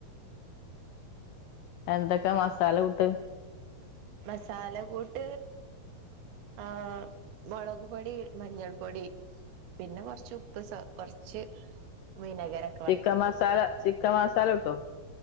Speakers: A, on the left; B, on the right.
A: എന്തൊക്കെ മസാലൂട്ട്?
B: മസാല കൂട്ട്. ആഹ് മുളക് പൊടി മഞ്ഞൾ പൊടി പിന്നെ കുറച്ച് ഉപ്പ് കുറച്ച് വിനകരെ
A: ചിക്കൻ മസാല ചിക്കൻ മസാല ഉട്ടോ